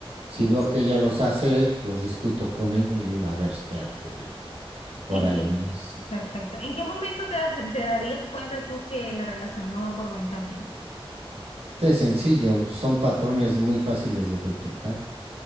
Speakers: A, on the right; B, on the left.
A: Si
B: Ujú.
A: veo
B: Es.
A: que ella los hace, los discuto con ella y le digo, a ver, espérate, güey, por
B: ¿En
A: ahí
B: qué,
A: no es.
B: perfecto. ¿En qué momento te das- te darías cuenta tú que la relación no va por buen camino?
A: Es sencillo, son patrones muy fáciles de detectar.